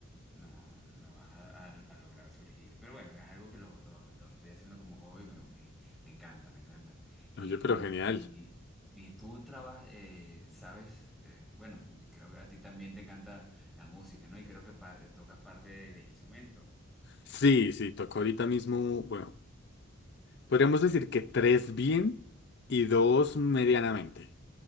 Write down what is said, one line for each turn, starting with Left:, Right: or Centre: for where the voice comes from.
Centre: no, no vas a, a- a lograr surgir, pero bueno, es algo que lo, lo- lo estoy haciendo como hobby, me, me- me encanta, me encanta. Y,
Left: Oye, pero genial.
Centre: y, y tú trabajas, eh, sabes, eh, bueno, creo que a ti también te encanta la música, ¿no? Y creo que pa- tocas parte de, de instrumentos.
Left: Sí, sí, tocó ahorita mismo, bueno, podríamos decir que tres bien y dos medianamente.